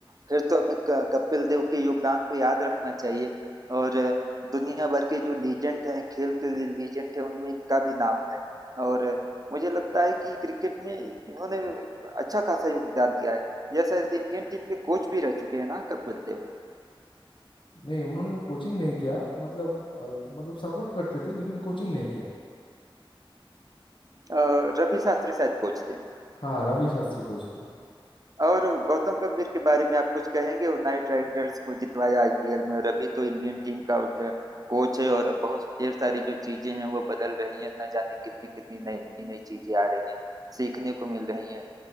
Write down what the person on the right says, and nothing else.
फिर तो हमें क- कपिल देव के योगदान को याद रखना चाहिए और दुनिया भर के जो लीजेंड हैं खेल के लिए लीजेंड हैं उनमें इनका भी नाम है और मुझे लगता है कि क्रिकेट में इन्होंने अच्छा खासा योगदान दिया है यह शायद इंडियन टीम के कोच भी रह चुके हैं ना कपिल देव
अ, रवि शास्त्री शायद कोच थे
और गौतम गंभीर के बारे में आप कुछ कहेंगे वो नाइट राइडर्स को जितवाया आईपीएल में और अभी तो इंडियन टीम का जो कोच है और बहुत ढेर सारी जो चीजें हैं वो बदल रही हैं ना जाने कितनी कितनी नई नई चीजें आ रही हैं सीखने को मिल रही हैं